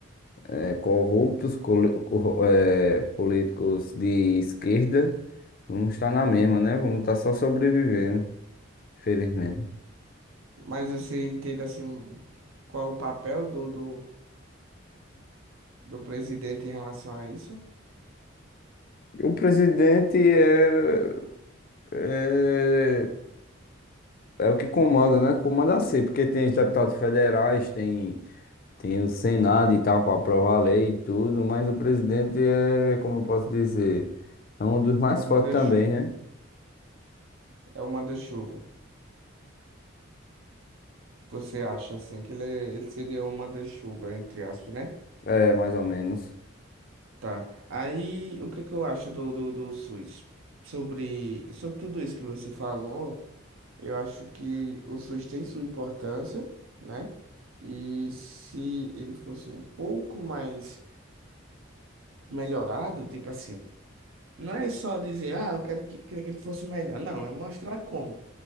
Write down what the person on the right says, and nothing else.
Mas você entende assim um- qual é o papel do, do, do presidente em relação a isso?
É o manda-chuva.
É o manda-chuva. Você acha assim que ele, é- ele seria uma manda-chuva, entre aspas, né?
Tá. Aí, o que que eu acho do, do, do SUS? Sobre, sobre tudo isso que você falou, eu acho que o SUS tem sua importância, né? E se ele fosse um pouco mais melhorado, tipo assim, não é só dizer, ah, eu quero que, queria que ele fosse melhor. Não, é mostrar como.